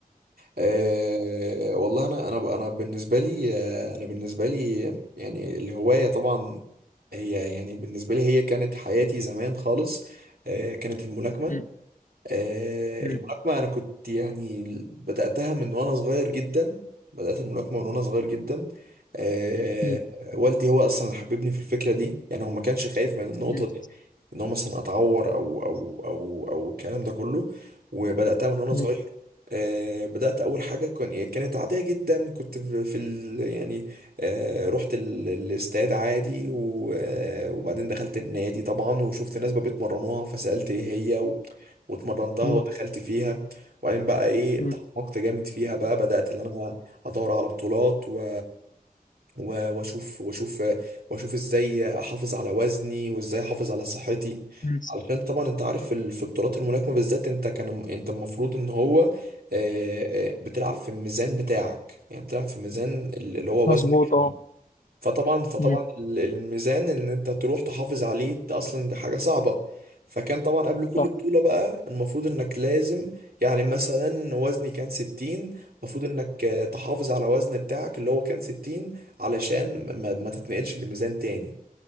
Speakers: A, on the right (about 75°); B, on the left (about 55°).
A: آه والله انا انا انا بالنسبه لي آه، انا بالنسبه لي يعني الهوايه طبعا هي يعني بالنسبه لي هي كانت حياتي زمان خالص آه كانت الملاكمه
B: مم.
A: آه،
B: مم.
A: الملاكمة أنا كنت يعني بدأتها من وأنا صغير جدا بدأت الملاكمة من وأنا صغير جدا آه،
B: مم.
A: والدي هو أصلا اللي حببني في الفكرة دي يعني هو ما كانش خايف من النقطة
B: مم.
A: دي إن هو مثلا أتعور أو أو أو أو الكلام ده كله وبدأتها من وأنا
B: مم.
A: صغير آه، بدأت أول حاجة كان إيه، كانت عادية جدا كنت في في ال يعني آه، رحت ال- الاستاد عادي و- آه، وبعدين دخلت النادي طبعا وشفت ناس بقى بيتمرنوها فسألت إيه هي واتمرنتها
B: مم.
A: ودخلت فيها وبعدين بقى ايه
B: مم.
A: تعمقت جامد فيها بقى بدأت ان انا ادور على بطولات و... و... واشوف واشوف واشوف ازاي احافظ على وزني وازاي احافظ على صحتي
B: مم.
A: علشان طبعا انت عارف ال- في بطولات الملاكمة بالذات انت كان انت المفروض ان هو آه، آه، بتلعب في الميزان بتاعك يعني بتلعب في الميزان اللي هو
B: مظبوط
A: وزنك فيه
B: اه
A: فطبعا فطبعا
B: مم.
A: ال- الميزان ان انت تروح تحافظ عليه ده اصلا دي حاجه صعبه فكان طبعا قبل كل
B: صح
A: بطوله بقى المفروض انك لازم يعني مثلا وزني كان 60 المفروض انك آه، تحافظ على وزن بتاعك اللي هو كان 60 علشان ما, ما تتنقلش لميزان تاني